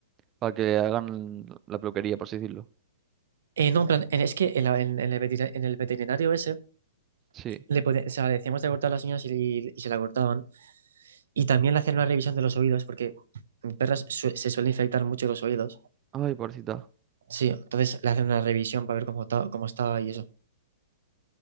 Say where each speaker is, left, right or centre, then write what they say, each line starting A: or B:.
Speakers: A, on the right; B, on the right.
A: para que le hagan la peluquería, por así decirlo.
B: Eh, no, en plan, en- es que en, la- en- en el veterina- en el veterinario ese,
A: Sí.
B: le, pone- o sea, le decíamos de cortar las uñas y, y- y se la cortaban. Y también le hacían una revisión de los oídos, porque en perras su- se suelen infectar mucho los oídos.
A: Ay, pobrecita.
B: Sí, entonces le hacen una revisión para ver cómo está, cómo está y eso.